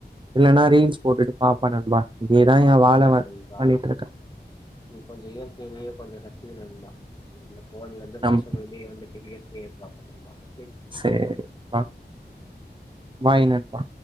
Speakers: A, on the right; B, on the left.
A: இல்லன்னா ரீல்ஸ் போட்டுட்டு பார்ப்பன் நண்பா இதேதா
B: பாத்தியா
A: எ வாழ
B: நண்பா
A: பண்ணிட்டு இருக்கே
B: நீ கொஞ்சம் இயற்கையயே கொஞ்சம் ரசி நண்பா போன்ல இருந்து
A: நம்
B: ஃபர்ஸ்ட் வெளியே வந்துட்டு கேப்பா <unintelligible>
A: செரி பாய் நண்பா